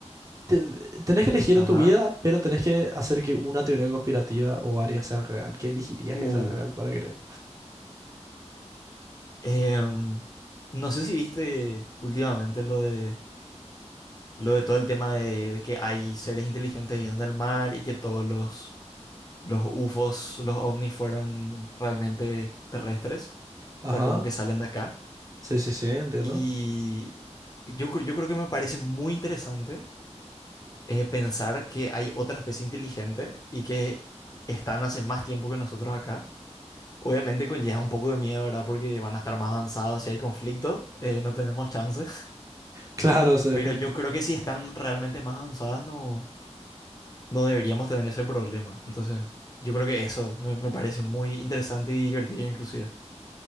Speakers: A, on the right; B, on the left.
A: te- tenés que elegir
B: Ajá.
A: en tu vida, pero tenés que hacer que una teoría conspirativa o varias sean real. ¿Qué elegirías
B: Uh,
A: que sea real para creer?
B: em, no sé si viste últimamente lo de Lo de todo el tema de, de que hay seres inteligentes viviendo en el mar y que todos los, los UFOs, los ovnis fueron realmente terrestres,
A: Ajá.
B: o sea, como que salen de acá.
A: Sí, sí, sí, entiendo.
B: Y yo, cre- yo creo que me parece muy interesante eh, pensar que hay otra especie inteligente y que están hace más tiempo que nosotros acá. Obviamente conlleva un poco de miedo, ¿verdad? Porque van a estar más avanzados, si hay conflicto, eh, no tenemos chances. <laughs>
A: Claro, sí.
B: Pero
A: <laughs>
B: yo creo que si están realmente más avanzadas, no. no deberíamos tener ese problema. Entonces, yo creo que eso me, me parece muy interesante y divertido inclusive.